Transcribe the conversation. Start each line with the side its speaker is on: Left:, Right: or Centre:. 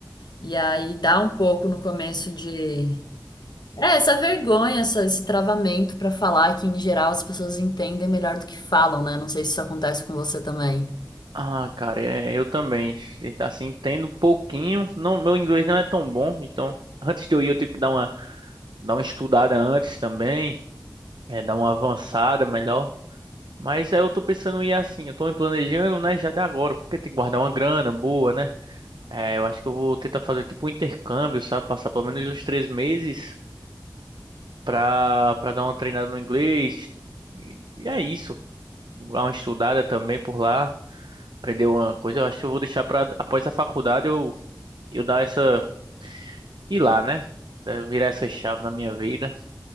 Left: E aí dá um pouco no começo de. É, essa vergonha, essa, esse travamento para falar que em geral as pessoas entendem melhor do que falam, né? Não sei se isso acontece com você também.
Right: Ah, cara, é, eu também. Assim, entendo um pouquinho. Não, meu inglês não é tão bom, então antes de eu ir eu tenho que dar uma, dar uma estudada antes também, é, dar uma avançada melhor. Mas aí eu tô pensando em ir assim, eu tô me planejando, né, já de agora, porque tem que guardar uma grana boa, né? É, eu acho que eu vou tentar fazer tipo um intercâmbio, sabe? Passar pelo menos uns três meses pra, pra dar uma treinada no inglês. E, e é isso. Dar uma estudada também por lá. Aprender uma coisa, eu acho que eu vou deixar pra após a faculdade eu eu dar essa. ir lá, né? Eh, Virar essa chave na minha vida.